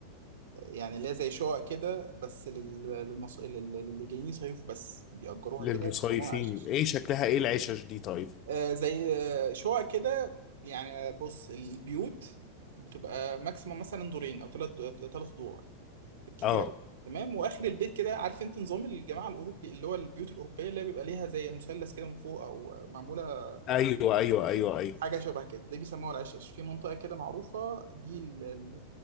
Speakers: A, on the right; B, on the left.
A: يعني اللي هي زي شقق كده بس لل... للمص... لل... للي جايين يصيفوا بس بيأجروها
B: للمصيفين
A: كده بيسموها عشش
B: ايه شكلها ايه العشش دي طيب
A: آه، زي آه، شقق كده يعني آه، بص البيوت بتبقى ماكسيموم مثلا دورين او ثلاث ثلاث ادوار بالكتير
B: اه
A: قوي تمام واخر البيت كده عارف انت نظام الجماعه الاوروبي اللي هو البيوت الاوروبيه اللي بيبقى ليها زي مثلث كده من فوق او معموله
B: ايوه ايوه ايوه ايوه
A: حاجه شبه كده دي بيسموها العشش في منطقه كده معروفه دي ال- ال-